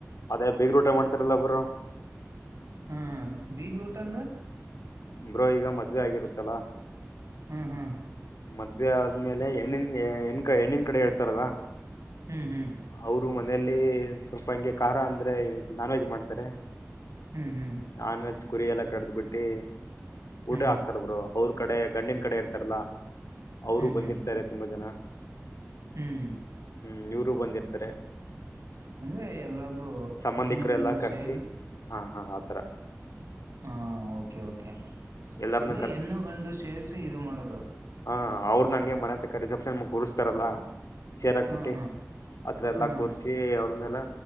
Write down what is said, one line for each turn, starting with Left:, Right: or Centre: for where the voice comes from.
Left: ಅದೇ ಬೇಗ ಊಟ ಮಾಡ್ತಾರಲ್ಲ ಒಬ್ಬರು.
Right: ಹಾ ಬೀಗಾರ ಊಟ ಅಂದ್ರ.
Left: ಬ್ರೋ ಈಗ ಮದ್ವೆ ಆಗಿರುತ್ತಲಾ.
Right: ಹ್ಮ್ ಹ್ಮ್
Left: ಮದುವೆ ಆದ್ಮೇಲೆ ಹೆಣ್ಣನ್ ಹೆಣ ಕ ಹೆಣ್ಣನ್ ಕಡೆ ಹೇಳ್ತಾರಲ್ಲ.
Right: ಹ್ಮ್ ಹ್ಮ್.
Left: ಅವರು ಮನೆಯಲ್ಲಿ ಸ್ವಲ್ಪ ಹಂಗೆ ಖಾರ ಅಂದ್ರೆ ನಾನ್ ವೆಜ್ ಮಾಡ್ತಾರೆ.
Right: ಹ್ಮ್ ಹ್ಮ್.
Left: ನಾನ್ ವೆಜ್ ಕುರಿ ಎಲ್ಲ ಕಡ್ದ್ ಬಿಿಟ್ಟು
Right: ಹ್ಮ್
Left: ಊಟ ಹಾಕ್ತಾರ ಬರು ಅವ್ರ ಕಡೆ ಗಂಡಿನ ಕಡೆ ಇರ್ತಾರಲ್ಲ. ಅವರು ಬಂದಿರ್ತಾರೆ
Right: ಹ್ಮ್ ಹ್ಮ್
Left: ತುಂಬಾ ಜನ.
Right: ಹ್ಮ್
Left: ಹ್ಮ್ ಇವರು ಬಂದಿರ್ತಾರೆ.
Right: ಅಂದ್ರೆ ಎಲ್ಲರಿಗೂ
Left: ಸಂಬಂಧಿಕರು
Right: ಹೆಣ್ಣು ಗಂಡ
Left: ಎಲ್ಲಾ ಕರ್ಸಿ
Right: ಸೈರಿ.
Left: ಹಾ <unintelligible>
Right: ಹಾ ಓಕೆ ಓಕೆ
Left: ಎಲ್ಲಾರನು
Right: ಅಂದ್ರೆ
Left: ಕರ್ಸ್
Right: ಹೆಣ್ಣ ಗಂಡು ಸೇರಿಸಿ ಇದು ಮಾಡೋದು.
Left: ಹ ಅವ್ರ ನಂಗೆ ಮನೆತಕ್ಕ ರಿಸೆಪ್ಷನ್ ಮ ಕುಡಸ್್ತಾರಲ್ಲಾ. ಚೇರ್ ಹಾಕ್ಬಿಟ್ಟಿ
Right: ಹಾ ಹಾ
Left: ಅತ್ರ ಎಲ್ಲ
Right: ಹಾ
Left: ಕೂರ್ಸಿ ಅವ್ರ ಮೇಲೆ.